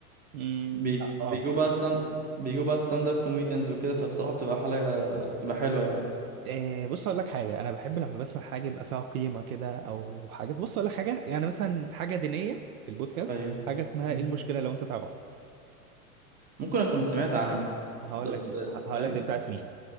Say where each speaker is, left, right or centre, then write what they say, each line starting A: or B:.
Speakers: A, on the right (about 65°); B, on the right (about 20°).
A: امم
B: بيج-
A: لا
B: بيجوا
A: اه
B: بقى ستاند بيجوا بقى ستاند اب كوميديانز وكده فبصراحة بتبقى حلقة بتبقى حلوة يعني
A: إيه بص اقول لك حاجه انا بحب لما بسمع حاجه يبقى فيها قيمه كده او حاجات بص اقول لك حاجه يعني مثلا حاجه دينيه في البودكاست
B: ايوه
A: حاجه اسمها
B: مم.
A: ايه المشكله لو انت تعرف
B: ممكن اكون سمعت عنها
A: هقول
B: بس
A: لك هقول
B: فاهم
A: لك دي بتاعت مين